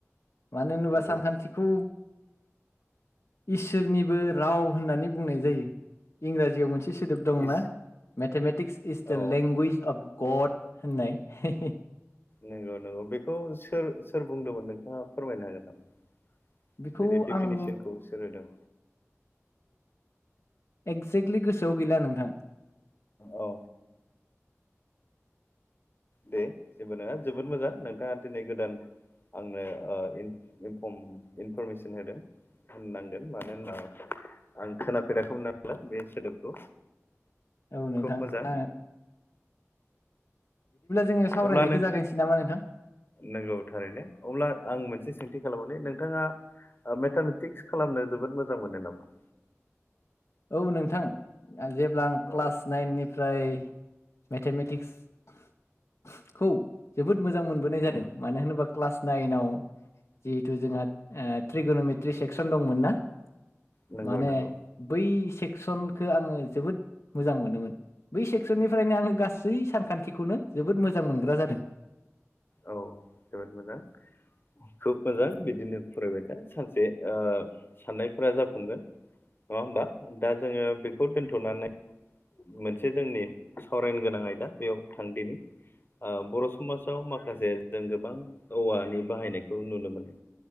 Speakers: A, on the left; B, on the left.
A: मानो होनोबा
B: नंगौ
A: सानखान्थिखौ इसोरनिबो राव होननानै बुंनाय जायो इंराजियाव मोनसे सो दोब दंना
B: इस
A: मेथामेटिक्स इस दा
B: औ
A: लेंगुइज अफ गट होननाय हे हे
B: नोंगौ नोंगौ बेखौ सोर सोर बुंदोंमोन नोंथाङा फोरमायनो हागोन नामा
A: बेखौ
B: बेनि डिफिनेसनखौ
A: आं
B: सोर होदों
A: एगजेक्टलि गोसोआव गैला नोंथां
B: औ दे जेबो नङा जोबोद मोजां नोंथाङा दिनै गोदान आंनो ओ इन इनफरम इनफरमेसन होदों होननांगोन मानो होनना आं खोनाफेराखैमोन नालाय बे सोदोबखौ
A: औ नोंथां
B: खोब मोजां
A: आ जोङो सावरायनायखौ
B: अब्ला नों
A: जागायनोसै नामा नोंथां
B: नोंगौ थारैनो अब्ला आं मोनसे सोंथि खालामोदि नोंथाङा मेथामेटिक्स खालामनो जोबोद मोजां मोनो नामा
A: औ नोंथां जेब्ला आं
B: औ
A: क्लास नाइन निफ्राय मेथामेटिक्सखौ जोबोद मोजां मोनबोनाय जादों
B: उम
A: मानो होनोबा क्लास नाइनाव जिहेथु जोंहा ओ ट्रिगन'मेट्रि सेक्सन दंमोन ना
B: नोंगौ
A: माने
B: नोंगौ
A: बै सेकसनखौ आङो जोबोद मोजां मोनोमोन बै सेक क्स'निफ्रायनो आङो गासै सानखान्थिखौनो जोबोद मोजां मोनग्रा जादों
B: औ जोबोद मोजां खोब मोजां बिदिनो फरायबाय दा सानसे ओ साननायफोरा जाफुंगोन नङा होमबा दा जोङो बेखौ दोनथ'नानै मोनसे जोंनि सावरायनो गोनां आयदा बेयाव थांदिनि ओ बर' समाजाव माखासे जों गोबां औवानि बाहायनायखौ नुनो मोनो